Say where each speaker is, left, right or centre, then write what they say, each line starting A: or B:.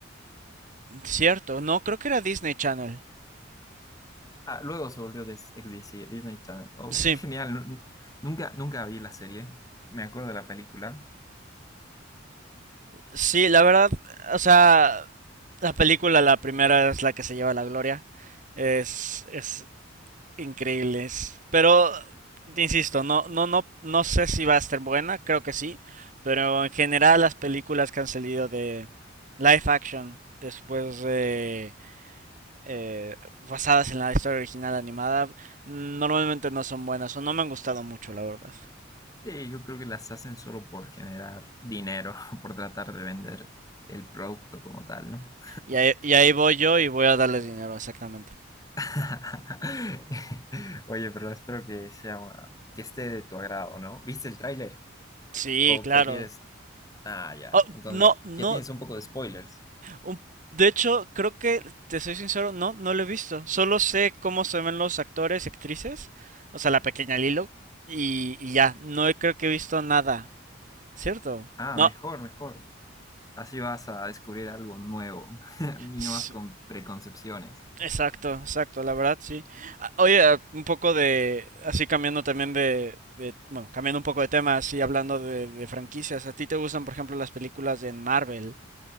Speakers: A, on the right (about 40°); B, on the left (about 20°).
A: Cierto, no, creo que era Disney Channel.
B: Ah, luego se volvió de ex DC Disney Channel. Oh,
A: Sí,
B: <laughs> qué genial. Nu- Nunca, nunca vi la serie. Me acuerdo de la película.
A: sí, la verdad, o sea, la película, la primera es la que se lleva la gloria. Es, es, increíbles. Pero, insisto, no, no, no, no sé si va a estar buena, creo que sí. Pero en general las películas que han salido de live action después de eh, basadas en la historia original animada normalmente no son buenas o no me han gustado mucho la verdad
B: Sí, yo creo que las hacen solo por generar dinero, <laughs> por tratar de vender el producto como tal, ¿no?
A: y ahí, y ahí voy yo y voy a darles dinero exactamente
B: <laughs> Oye, pero espero que sea, una- que esté de tu agrado, ¿no? ¿Viste el tráiler?
A: sí
B: ¿O
A: claro
B: prefieres? Ah, ya.
A: Oh,
B: Entonces,
A: no no
B: ya tienes un poco de spoilers.
A: Un- De hecho, creo que, te soy sincero, no, no lo he visto. Solo sé cómo se ven los actores y actrices, o sea, la pequeña Lilo, y, y ya, no he- creo que he visto nada, ¿cierto?
B: Ah,
A: No,
B: mejor, mejor. Así vas a descubrir algo nuevo <laughs> y
A: s-
B: no vas con preconcepciones.
A: exacto, exacto, la verdad sí. Ah, Oye, ah, un poco de, así cambiando también de, de- bueno, cambiando un poco de tema, así hablando de, de franquicias, ¿a ti te gustan, por ejemplo, las películas de Marvel?